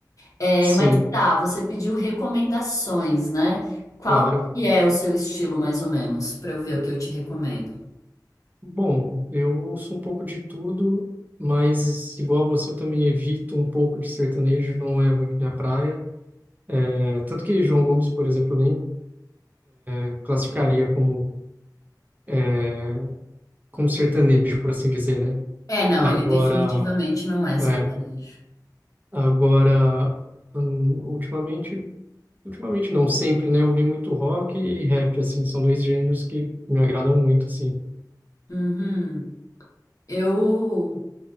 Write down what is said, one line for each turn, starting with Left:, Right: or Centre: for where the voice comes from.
Left: É,
Right: sim,
Left: mas tá, você pediu recomendações, né? Qual
Right: claro.
Left: que é o seu estilo, mais ou menos, pra eu ver o que eu te recomendo?
Right: Bom, eu ouço um pouco de tudo, mas igual você, eu também evito um pouco de sertanejo, não é muito minha praia. É, tanto que João Gomes, por exemplo, eu nem é, classificaria como, é, como sertanejo, por assim dizer, né?
Left: É, não,
Right: Agora.
Left: ele definitivamente não é sertanejo.
Right: é, Agora, hum, ultimamente, ultimamente não, sempre, né? Eu ouvi muito rock e rap, assim, são dois gêneros que me agradam muito, assim.
Left: Uhum. Eu